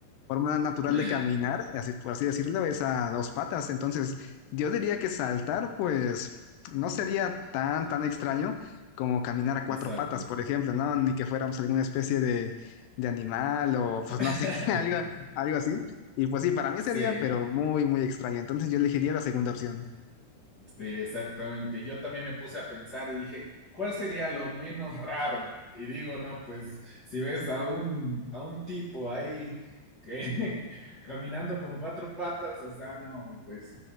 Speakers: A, on the left (about 80°); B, on the left (about 40°).
A: forma natural
B: <laughs>
A: de caminar, así, por así decirlo, es a dos patas. Entonces, yo diría que saltar, pues, no sería tan, tan extraño como caminar a cuatro
B: Exacto.
A: patas, por ejemplo, ¿no? Ni que fuéramos alguna especie de de animal o
B: <laughs>
A: pues no sé, <laughs> algo, algo así. Y pues sí, para mí
B: Sí.
A: sería, pero muy, muy extraño. Entonces yo elegiría la segunda opción. <laughs>
B: Sí, exactamente. Yo también me puse a pensar y dije, ¿cuál sería lo menos raro? Y digo, no, pues si ves a un, a un tipo ahí que <laughs> caminando con cuatro patas, o sea, no, pues